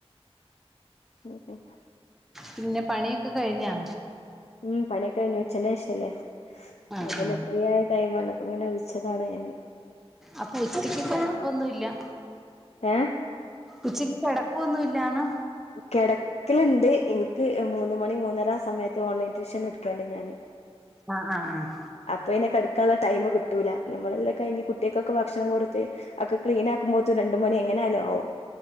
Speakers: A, on the left; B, in the centre.
A: <unintelligible>
B: പിന്ന പണിയ്ക്ക കഴിഞ്ഞാ
A: മ്മ് പണിയക്കഴിഞ്ഞു ഉച്ചല് ന്റെഷല്ലേ
B: ആഹ്
A: അപ്പൊന്ന്
B: ആഹ്
A: ഫ്രീയായ ടൈമാണ അങ്ങന വിളിച്ചതാണ് എന്നെ
B: അപ്പ ഉച്ചയ്ക്ക് കിടപ്പൊന്നുല്ല
A: ഏഹ്
B: ഉച്ചക്ക് കിടക്കൊന്നുൽ ല്ലാന്ന്
A: കിട ക്കലുണ്ട് എന്ക്ക് മൂന്ന് മണി മൂന്നരാ സമയത്ത് ഓൺലൈൻ ട്യൂഷൻ എടുക്കാണ് ഞാന്
B: ആഹ് ആഹ് ആഹ്
A: അപ്പ ഇനി കടുക്കാള്ള ടൈമ് കിട്ടൂല്ല നമ്മളെല്ലാ കയിഞ്ഞ് കുട്ടികക്കൊക്ക ഭക്ഷണം കൊടുത്ത് അക്ക ക്ലീനാക്കുമ്പോത്ത് രണ്ട് മണി എങ്ങനായാലു ആവും